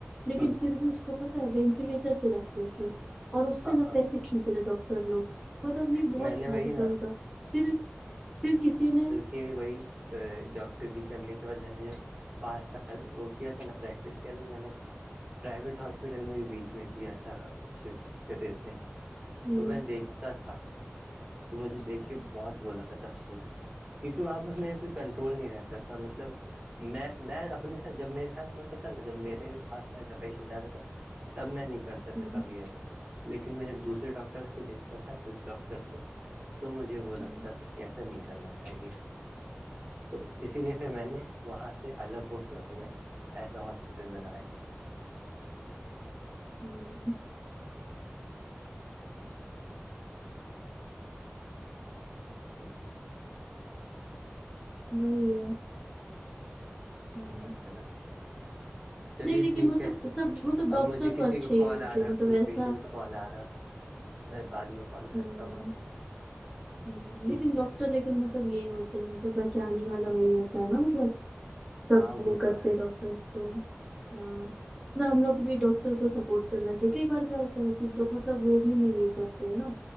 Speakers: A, in the centre; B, on the right.
A: لیکن
B: ہ
A: پھر بھی اس کو پتا ہے وینٹیلیٹر پہ رکھ کر کے اور اس سے
B: ہاں
A: نہ
B: ہاں
A: پیسے ھی ڈاکٹر لو مطلب یہ بہت
B: میں نے
A: فد
B: وہی نا
A: کا ہوتا پھر پھر کسی نے
B: کہ وہی ڈاکٹری کرنے کے بعد میں نے جو پانچ سال وہ کیا تھا نا پریکٹس کیا تھا میں نے پرائیویٹ ہاسپٹل میں بھی بیچ میں کیا تھا شفٹ کرتے تھے
A: ہوں
B: تو میں دیکھتا تھا تو مجھے دیکھ کے بہت بولاتا تھا کیونکہ وہاں پر میر کوئی کنٹرول نہیں رہتا تھا مطلب میں میں اپنے ساتھ جب میرے ساتھ ہوتا تھا نا جب میرے پاس ایسا پیشنٹ آتا تھا تب میں نہیں کرتا
A: ہوں
B: تھا کبھی ایسا لیکن میں جب دوسرے ڈاکٹرس کو دیکھتا تھا کچھ ڈاکٹر کو تو مجھے وہ لگتا
A: ہوں
B: تھا کہ ایسا نہیں کرنا چاہیے تو اسی لیے پھر میں نے وہاں سے الگ ہو کے اپنے ایسا ہاسپیٹل بنایا
A: ہوں
B: ہوں ہاں
A: وہی ہے ہاں
B: وہی بات ہے نا چلیے
A: نہیں لیکن
B: ٹھیک
A: وہ
B: ہے
A: تو سب وہ تو ڈاکٹر
B: اب مجھے کسی
A: تو اچھے
B: کو
A: ہی
B: کال
A: ہوتے
B: آ رہا
A: ہیں
B: ہے
A: مطلب
B: کوئی
A: ایسا
B: پیشنٹ کا کال آ رہا میں بعد میں کال کرتا
A: ہوں
B: آپ کو
A: ہ
B: ٹھیک
A: نہیںیک
B: ہے
A: ڈاک تو لیکن مطلب یہی ہوتے ہیں مطلب بچانے والا وہی ہوتا ہے نا مطلب سب
B: ہاں
A: وہ
B: تو
A: کرتے
B: ہے
A: ڈاکٹرس کو ہ نہا ہم لوگ بھی ڈاکٹر کو سپورٹ کرنا چاہیے کئی بار کیا ہوتا ہے کہ مطلب وہ بھی نہیں یہ کرتے ہیں نا